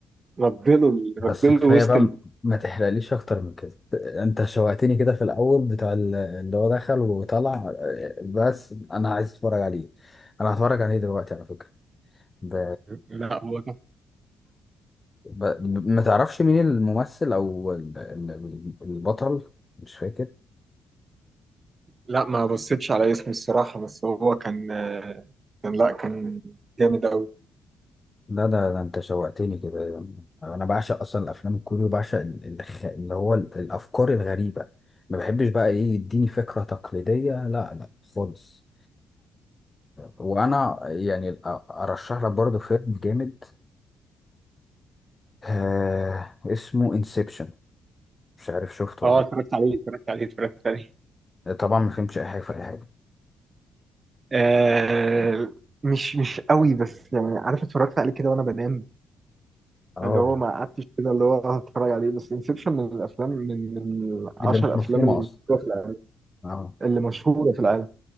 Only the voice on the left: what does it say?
بس
كفايه
بقى
ما تحرقليش اكتر من كده انت شوقتني كده في الاول بتاع ال- اللي هو دخل وطلع آه، بس انا عايز اتفرج عليه انا هتفرج عليه دلوقتي على فكره ب...
ب... ما تعرفش مين الممثل او ال- ال- البطل مش فاكر
ده ده ده انت شوقتني كده انا بعشق اصلا الافلام الكوري وبعشق ال- الخ... اللي هو ال- الافكار الغريبه ما بحبش بقى ايه يديني فكره تقليديه لا لا خالص وانا يعني أ- ارشح لك برضه فيلم جامد آه اسمه انسبشن مش عارف شفته
ولا
لأ. طبعا ما فهمتش اي حاجه في اي حاجه
اه
اللي مش مفهومه
اصلا
اه